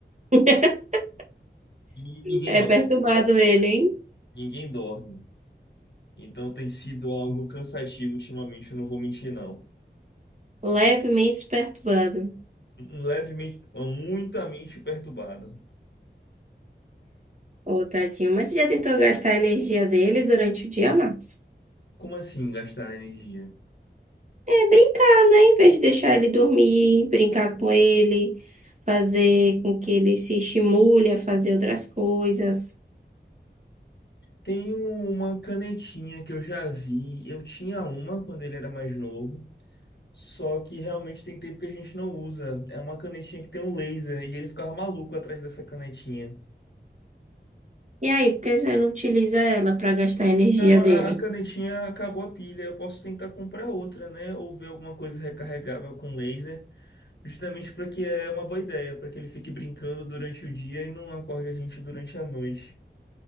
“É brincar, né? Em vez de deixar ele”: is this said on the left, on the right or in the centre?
Right